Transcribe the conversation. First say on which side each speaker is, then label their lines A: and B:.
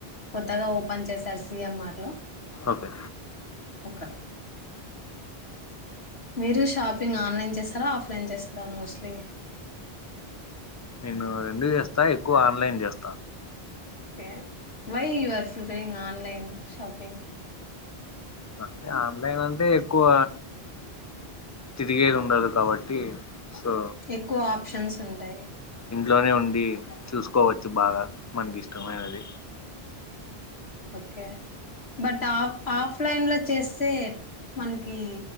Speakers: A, on the left; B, on the left.
A: కొత్తగా ఓపెన్ చేశారు సిఎంఆర్లో
B: ఓకె
A: అక్కడ మీరు షాపింగ్ ఆన్లైన్ చేస్తారా ఆఫ్లన్ చేస్తారా మోస్ట్లీ
B: నేను రెండు చేస్తా ఎక్కువ ఆన్లన్ చేస్తా
A: okay why you are preferring online shopping
B: అంటే ఆన్లన్ అంటే ఎక్కువ తిరిగేది ఉండదు కాబట్టి సో
A: ఎక్కువ ఆప్షన్స్ ఉంటాయి
B: ఇంట్లోనె ఉండి చూసుకోవచ్చు బాగా మనకి ఇష్టమైనది
A: ఓకె బట్ ఆఫ్ ఆఫ్లైన్ లో చేస్తే మనకి